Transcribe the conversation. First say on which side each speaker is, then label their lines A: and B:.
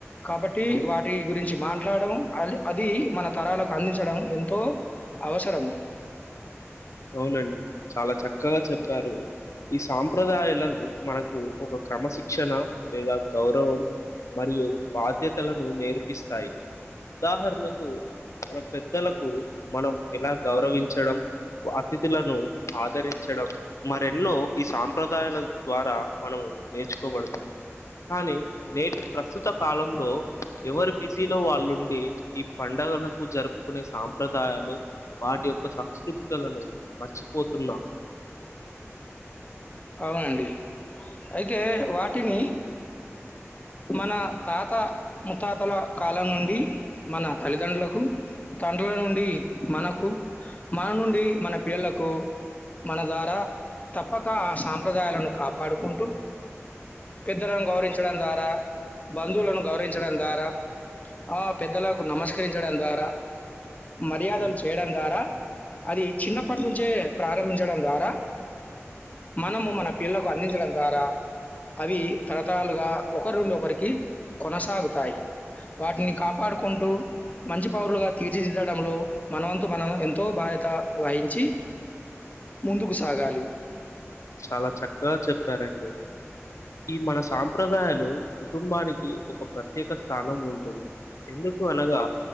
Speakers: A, on the left; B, on the left.
A: కాబట్టీ
B: అవును.
A: వాటి గురించి మాట్లాడం అద్ అదీ మన తరాలకు అందించడం ఎంతో అవసరము.
B: అవునండి చాలా చక్కగా చెప్పారు. ఈ సాంప్రదాయాలకు మనకు ఒక క్రమశిక్షణ లేదా గౌరవం మరియు బాధ్యతలను నేర్పిస్తాయి. ఉదాహరణకు మన పెద్దలకు మనం ఎలా గౌరవించడం, అతిథులను ఆదరించడం మరెన్నో ఈ సాంప్రదాయాల ద్వారా మనం నేర్చుకోబడు కానీ నేటి ప్రస్తుత కాలంలో ఎవరు బిజీలో వాళ్ళుండి ఇ పండుగలకు జరుపుకునే సాంప్రదాయాలు వాటి యొక్క సంస్కృతి కళను మర్చిపోతున్నాం
A: అవునండి అయితే వాటిని మన తాత ముత్తాతల కాలం నుండి మన తల్లిదండ్రులకు తండ్రుల నుండి మనకు మన నుండి మన పిల్లలకు మన ద్వారా తప్పక ఆ సాంప్రదాయాలను కాపాడుకుంటూ పెద్దలను గౌరవించడం ద్వారా బంధువులను గౌరవించడం ద్వారా ఆ పెద్దలకు నమస్కరించడం ద్వారా మర్యాదలు
B: ఉమ్,
A: చేయడం ద్వారా అది చిన్నప్పటి నుంచే ప్రారంభించడం ద్వారా మనము మన పిల్లకు అందించడం ద్వారా అవి తరతరాలుగా ఒకరినుండి ఒకరికి కొనసాగుతాయి వాటిని కాపాడుకుంటూ మంచి పౌరులుగా తీర్చిదిద్దడంలో మనవంతు మనం ఎంతో బాధ్యత వహించి ముందుకు సాగాలి
B: చాలా చక్కగా చెప్పారండి ఈ మన సాంప్రదాయాలు కుటుంబానికి ఒక ప్రత్యేక స్థానం ఉంటుంది ఎందుకు అనగా